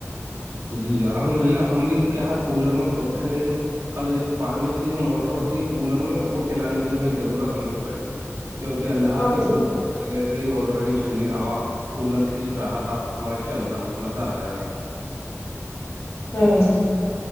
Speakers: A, on the right; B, on the left.
A: جی الحمد للہ ہم بھی کیا ہے کولر میں سوتے ہیں لیکن کل جو پانی کی جو موٹر ہوتی ہے کولر میں وہ چلانے کی ہمیں ضرورت نہیں پڑی کیونکہ اللہ
B: ہاں
A: کی
B: جی
A: قدرت سے ویسے ہی آلریڈی ٹھنڈی ہوا کولر کھینچ رہا تھا ماشاء اللہ مزہ آ گیا
B: ہوں